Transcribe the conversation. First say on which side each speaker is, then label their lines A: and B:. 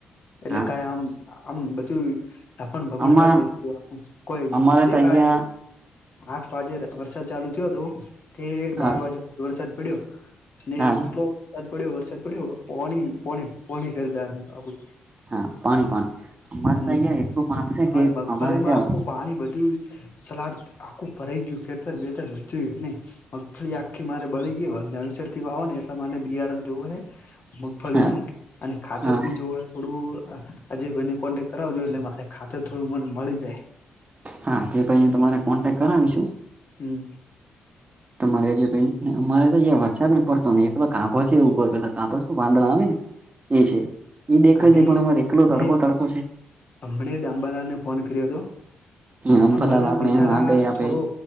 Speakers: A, on the left; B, on the right.
A: એટલે
B: હા
A: કાઈ આમ આમ બધું પણ, ભમણ
B: આમાં
A: કરી દીધું તુ આપું કોઈ
B: અમારે
A: દેખાય
B: તો અહિયાં
A: આઠ વાગે વરસાદ ચાલુ થયો હતો, ઠેઠ
B: હા
A: બાર વાગે વરસાદ પડ્યો, ને
B: હા
A: એટલો વરસાદ પડ્યો વરસાદ પડ્યો પોણી, પોણી પોણી કરી દેં આખું
B: હા પાણી પાણી અમારે
A: હમ્મ
B: તો અહિયાં એટલું આપશે
A: <unintelligible>
B: કે
A: મગફળીમાં
B: અમારે ત્યાં
A: આખું પાણી બધું સલાડ આખું ભરાઈ ગયું ખેતર બેતર બધુંય ને મફળી આખી મારે બળી ગય નવેસર થી વાવા ને એટલે મારે બિયારણ જોવો હે, મગફળીનું
B: હા
A: અને ખાતર
B: હા
A: બી જોવા થોડું અજયભાઈ ને કોન્ટેક્ટ કરાવજો એટલે મા ખાતર થોડું મને મળી જાય,
B: હા, અજયભાઈ તમારે કોન્ટેક્ટ કરાવીશું.
A: હમ્મ
B: તમારે જેને અમારે તોં વરસાદ પડતો ને એ પેલો કાભો છે, ઉપર પેલા કાભો શ વાંદડા આવે ને એ છે એ દેખાય
A: મે
B: છે, પણ અમારે એકલો તડકો
A: મેં
B: તડકો છે.
A: હમણે જ આંબાલાલ ને ફોન કર્યો હતો
B: આમ
A: આંબાલાલ
B: ભલાલ આપડે
A: બિચારા
B: આગળ આપે
A: થોડો.